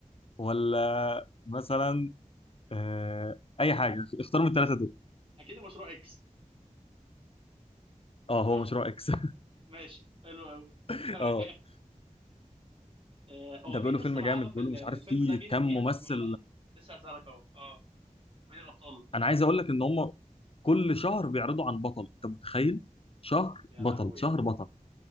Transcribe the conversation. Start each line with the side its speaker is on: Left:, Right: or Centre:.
Left: ولا مثلا آه، اي حاجه اختار من الثلاثه دول
Right: اكيد المشروع اكس
Left: اه هو
Right: صح
Left: مشروع اكس
Right: ماشي حلو قوي <laughs>
Left: <laughs>
Right: تمام آه، هو
Left: ده
Right: مين
Left: بيقولوا
Right: اصلا
Left: فيلم جامد
Right: معاه بقى
Left: بيقولوا
Right: في ال-
Left: مش
Right: الفيلم
Left: عارف فيه
Right: ده مين
Left: كام
Right: مين
Left: ممثل
Right: هيبقى معاه بقى لسه هسألك اهو اه مين الابطال
Left: انا عايز اقول لك ان هم كل شهر بيعرضوا عن بطل انت متخيل شهر
Right: يا
Left: بطل
Right: لهوي
Left: شهر بطل